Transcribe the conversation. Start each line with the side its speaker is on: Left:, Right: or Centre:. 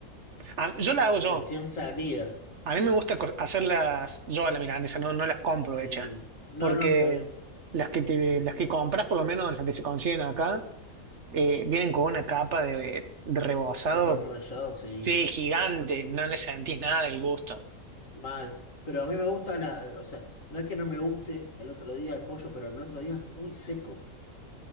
Right: A- yo la hago yo.
Left: recién salida.
Right: A mí me gusta co- hacerlas
Left: Ah,
Right: yo a la milanesa, no, no las compro
Left: Sí,
Right: hechas.
Left: no,
Right: Porque
Left: no, está bien.
Right: las que te, las que compras, por lo menos las que se consiguen acá, eh, vienen con una capa de, de rebozado,
Left: De pan rallado, sí,
Right: sí, gigante, no le sentís nada del gusto.
Left: mal. Pero a mí me gusta la, o sea, no es que no me guste el otro día el pollo, pero el otro día es muy seco.